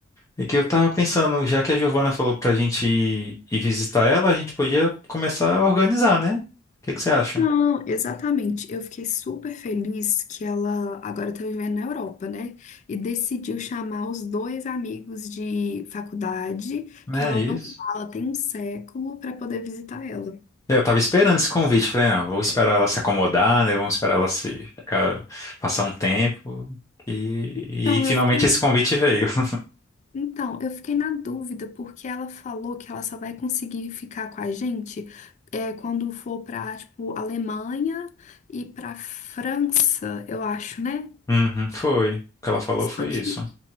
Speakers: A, on the left; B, on the left.
A: É que eu tava pensando, já que a Giovana falou pra gente ir, ir visitar ela, a gente podia começar a organizar, né? O que que você acha?
B: Não, exatamente. Eu fiquei super feliz que ela agora tá vivendo na Europa, né? E decidiu chamar os dois amigos de faculdade,
A: Né,
B: que ela
A: É isso.
B: não fala tem um século, para poder visitar ela.
A: Eu tava esperando esse convite. Falei, ah, vou esperar ela se acomodar, né? Vamos esperar ela se ficar- passar um tempo. E,
B: Então,
A: e finalmente
B: eu fiquei na...
A: esse convite veio. <laughs>
B: Então, eu fiquei na dúvida porque ela falou que ela só vai conseguir ficar com a gente é, quando for pra, tipo, Alemanha e pra França, eu acho, né?
A: Uhum, foi. O que ela falou
B: Só
A: foi
B: que
A: isso.